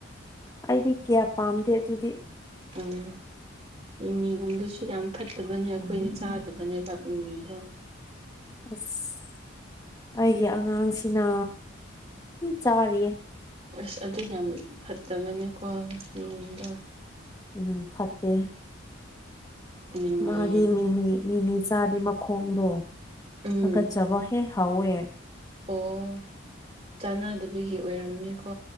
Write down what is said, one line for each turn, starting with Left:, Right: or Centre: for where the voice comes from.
Left: ꯑꯩꯗꯤ ꯀꯌꯥ ꯄꯥꯝꯗꯦ ꯑꯗꯨꯗꯤ
Right: ꯎꯝ ꯃꯤꯃꯤꯒꯨꯝꯕꯁꯨ ꯌꯥꯝ ꯐꯠꯇꯕꯅꯦ ꯑꯈꯣꯏꯗꯤ ꯆꯥꯗꯕꯅꯦꯕ ꯃꯤꯃꯤꯗꯣ
Left: ꯑꯁ ꯑꯩꯒꯤ ꯑꯉꯥꯡꯁꯤꯅ ꯆꯥꯔꯤꯌꯦ
Right: ꯑꯁ ꯑꯗꯨ ꯌꯥꯝ ꯐꯠꯇꯕꯅꯦꯀꯣ ꯑꯗꯨ ꯃꯤꯗꯣ
Left: ꯎꯝ ꯐꯠꯇꯦ
Right: ꯃꯤꯃꯤ
Left: ꯃꯥꯗꯤ ꯃꯤꯃꯤ ꯃꯤꯃꯤ ꯆꯥꯗꯤ ꯃꯈꯣꯡꯗꯣ
Right: ꯎꯝ
Left: ꯍꯥꯒꯠꯆꯕ ꯍꯦꯛ ꯍꯧꯋꯦ
Right: ꯑꯣ ꯆꯥꯟꯅꯗꯕꯒꯤ ꯑꯣꯏꯔꯝꯅꯤꯀꯣ